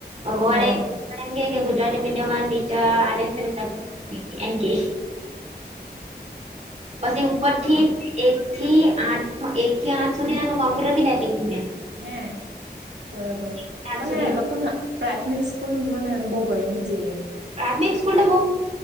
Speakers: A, on the right (about 40°); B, on the right (about 85°).
A: ભગવળે
B: હમ
A: એ કે ગુજરાતી મીડિયમ ટીચર આ <unintelligible> પણ પછી ઉપરથી
B: હા
A: એક થી આઠ એક થી આઠ સુધી એનું કોમ્પ્યુટર બી લેતીતી મેં
B: હે બરાબર
A: એક થી આઠ
B: પણ
A: સુધી
B: હ
A: નું
B: લોકા ના. પ્રાથમિક સ્કૂલ મને બો ગઈની જયે એમ
A: પ્રાથમિક સ્કૂલ તો બો.